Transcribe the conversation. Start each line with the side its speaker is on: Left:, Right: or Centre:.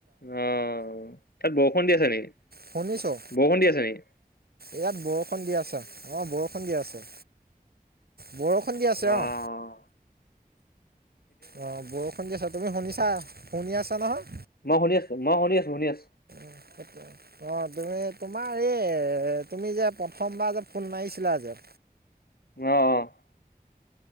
Left: অহ, তাত বৰষুণ দি আছে নেকি?
Right: শুনিছোঁ
Left: বৰষুণ দি আছে নেকি?
Right: ইয়াত বৰষুণ দি আছা, অ বৰষুণ দি আছে। বৰষুণ দি আছে
Left: আহ।
Right: অঁ অ বৰষুণ দি আছে। তুমি শুনিছা শুনি আছা নহয়?
Left: মই শুনি আছো। মই শুনি আছো, শুনি আছো
Right: <unintelligible> অ', তুমি তোমাৰ এই তুমি যে প্ৰথমবাৰ যে ফোন মাৰিছিলা যে।
Left: অ', অ'।